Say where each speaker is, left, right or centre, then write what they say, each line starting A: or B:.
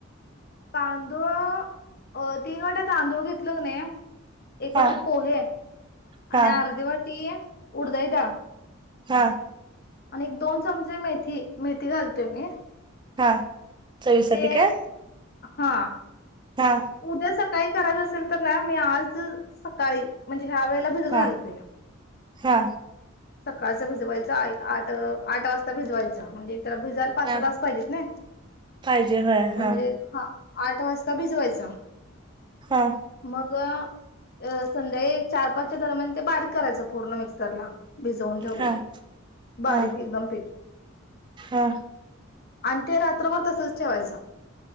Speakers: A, on the left (about 50°); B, on the right (about 20°).
A: तांदूळ अ, तीन वाट्या तांदूळ घेतलं कणी एक
B: हा
A: वाटी पोहे आणि
B: हा
A: आर्धी वाटी उडदाची डाळ
B: हा
A: आणि एक दोन चमचे मेथी, मेथी घालते मी
B: हा चवीसाठी
A: ते
B: काय?
A: हां
B: हा
A: उद्या सकाळी करायचं असेल तर ना, मी आज सकाळी म्हणजे ह्या वेळेला भिजत
B: हा
A: घालते.
B: हा
A: सकाळच भिजवायच आय आठ, आठ वाजता भिजवायच म्हणजे त्याला भिजाल पासा
B: हा
A: तास पाहिजेत नैय,
B: पाहिजे होय
A: म्हणजे
B: हा
A: हा आठ वाजता भिजवायच
B: हं
A: मग अ, संध्याकाळी चार- पाचच्या दरम्यान ते बारीक करायचं पूर्ण मिक्सरला. भिजवून ठेवलय,
B: हा हा
A: बारीक
B: हा
A: एकदम पीठ.
B: हा
A: आणि ते रात्रभर तसंच ठेवायचं